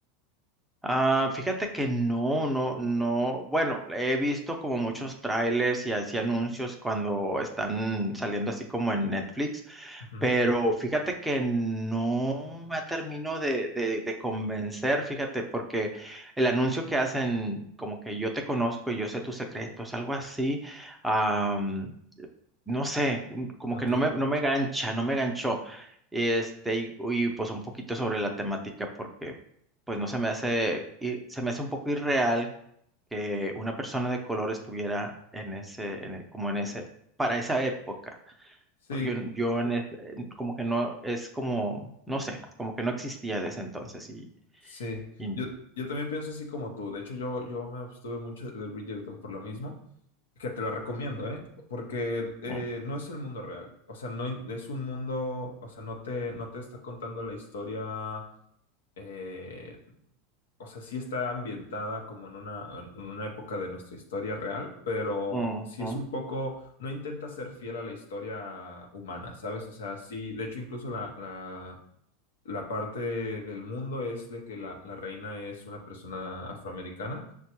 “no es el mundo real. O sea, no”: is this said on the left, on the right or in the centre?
Left